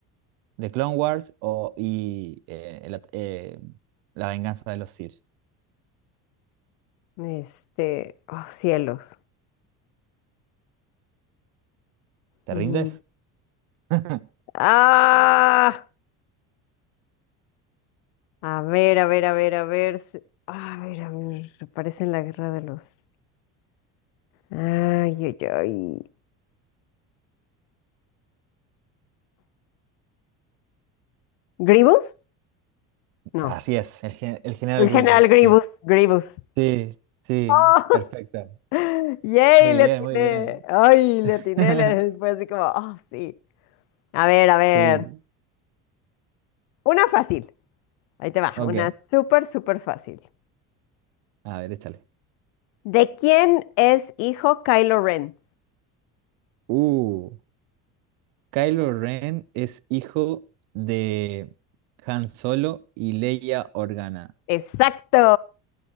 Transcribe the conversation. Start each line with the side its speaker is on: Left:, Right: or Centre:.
Right: de Clone Wars o, y eh, la, eh, La venganza de los Sith.
Left: Este, oh cielos.
Right: ¿Te
Left: Mm,
Right: rindes? <laughs>
Left: Ah, a ver, a ver, a ver, a ver. se- A ver, a ver. Aparece en la guerra de los. Ay, ay, ay. ¿Grievous? No.
Right: Así es, el, gen- el general
Left: El
Right: Grievous.
Left: general Grievous,
Right: Sí,
Left: Grievous.
Right: sí, sí,
Left: ¡Oh!
Right: perfecto.
Left: <laughs> ¡Yay!
Right: Muy
Left: Le
Right: bien,
Left: atiné.
Right: muy bien.
Left: ¡Ay! Le
Right: <laughs>
Left: atiné. Le... Fue así como, ¡oh, sí! A ver, a ver.
Right: Sí,
Left: Una fácil. Ahí te va.
Right: ok.
Left: Una súper, súper fácil.
Right: A ver, échale.
Left: ¿De quién es hijo Kylo Ren?
Right: Uh. Kylo Ren es hijo de Han Solo y Leia Organa.
Left: ¡Exacto!